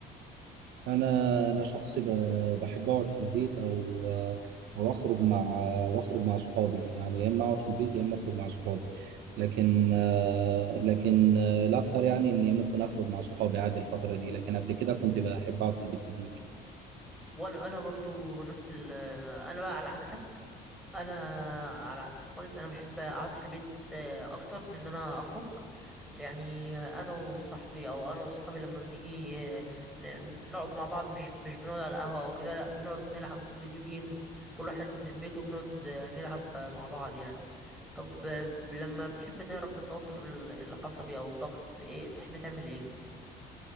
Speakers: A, on the right; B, in the centre.
A: انا انا شخص ب- بحب اقعد في البيت او او اخرج مع واخرج مع صحابي يعني يا اما اقعد في البيت يا اما اخرج مع صحابي لكن آه، لكن آه، الاكتر يعني اني ممكن اخرج مع صحابي عادي الفتره دي لكن قبل كده كنت بحب اقعد في البيت كتير
B: وانا انا برضو نفس ال انا بقى على عكسك انا على عكس خالص انا بحب اقعد في البيت آه، اكتر من ان انا اخرج يعني آه، انا وصاحبي او انا وصحابي لما بنيجي آه، ن- نقعد مع بعض مش مش بنقعد على القهوة او كده لا بنقعد نلعب فيديو جيمز كل واحد من بيته بنقعد آه، نلعب آه، مع بعض يعني طب آه، لما بتحب تهرب من التوتر ال- العصبي او الضغط ايه بتحب تعمل ايه